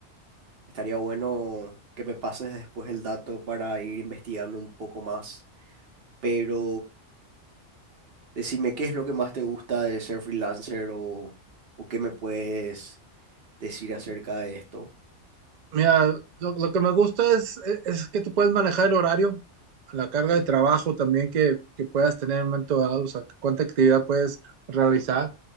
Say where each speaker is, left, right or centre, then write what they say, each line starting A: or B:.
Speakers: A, on the right; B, on the right.
A: Estaría bueno que me pases después el dato para ir investigando un poco más. Pero decime qué es lo que más te gusta de ser freelancer o, o qué me puedes decir acerca de esto.
B: Mira, lo, lo que me gusta es, es que tú puedes manejar el horario, la carga de trabajo también que, que puedas tener en un momento dado, o sea, cuánta actividad puedes realizar.